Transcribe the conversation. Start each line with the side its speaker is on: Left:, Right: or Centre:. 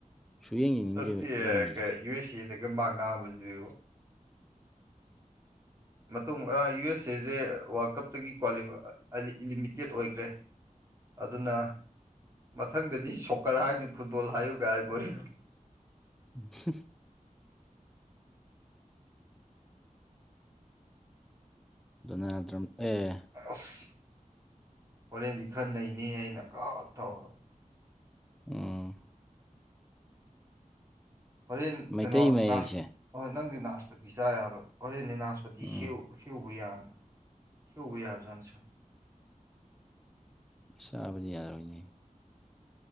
Centre: ꯁꯨꯡꯌꯦꯡ ꯌꯦꯡꯅꯤꯡꯗꯦꯕ
Right: ꯑꯁ ꯑꯦ
Centre: ꯑꯗꯨ ꯃꯤꯁꯦ
Right: ꯀꯩ ꯌꯨ ꯑꯦꯁ ꯑꯦꯗꯒ ꯃꯥꯀꯥꯕꯖꯤꯗꯤꯕꫭ ꯃꯇꯨꯡ ꯑ ꯌꯨ ꯑꯦꯁ ꯑꯦꯁꯦ ꯋꯥꯔꯜ ꯀꯞꯇꯒꯤ ꯀ꯭ꯋꯥ ꯂꯤꯃꯤꯇꯦꯠ ꯑꯣꯏꯈ꯭ꯔꯦ ꯑꯗꯨꯅ ꯃꯊꯪꯗꯗꯤ ꯁꯣꯀꯔ ꯍꯥꯏꯅꯨ ꯐꯨꯠꯕꯣꯜ ꯍꯥꯏꯌꯨꯀꯥꯏ ꯍꯥꯏꯔꯤꯄꫭꯠꯅꯤꯀꫭ
Centre: ꯎꯝ <unintelligible> ꯗꫭꯅꯗꯔꯝ ꯑꯦ
Right: ꯑꯁ ꯍꯣꯔꯦꯟꯗꯤ ꯈꯔꯅꯩꯅꯤꯍꯦ ꯑꯩꯅ ꯀꯥ ꯊꯥꯎ
Centre: ꯎꯝ
Right: ꯍꯣꯔꯦꯟ
Centre: ꯃꯩꯇꯩ
Right: ꯀꯩꯅꯣ
Centre: ꯃꯌꯦꯛꯁꯦ
Right: ꯂꯥꯁ ꯑꯣꯍꯣꯏ ꯅꯪꯗꯤ ꯅꯥꯁꯄꯇꯤ ꯆꯥ ꯌꯥꯔꯣꯏ ꯍꯣꯔꯦꯟꯗꯤ ꯅꯥꯁꯄꯇꯤ
Centre: ꯎꯝ
Right: ꯍꯦꯛꯎ ꯍꯦꯛꯎꯕ ꯌꯥꯅꯤ ꯍꯦꯛꯎꯕ ꯌꯥꯕꯖꯥꯠꯅꯤ ꯁꯦ
Centre: ꯆꯥꯕꯗꯤ ꯌꯥꯔꫭꯏꯅꯦ